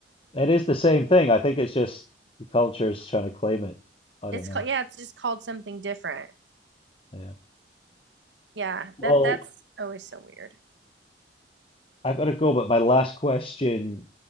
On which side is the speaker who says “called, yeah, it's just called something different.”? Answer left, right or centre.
Right